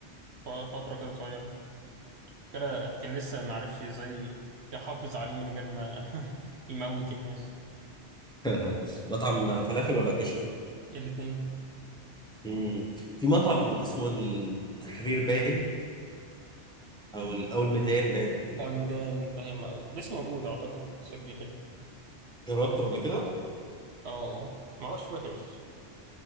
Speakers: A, on the right; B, in the centre.
A: فتره كده صغيره كلا كان لسه معرفش ازاي يحافظ عليه من غير ما <laughs> يموت الناس
B: <laughs> مطعم فلافل ولا كشري
A: الاتنين
B: مم. في مطعم اسمه التحرير باين او ال- او الميدان باين
A: اه الميدان اللي هي ما- لسه موجود اعتقد لسه كبير هنا
B: جربته قبل كده
A: اه ما هوش وحش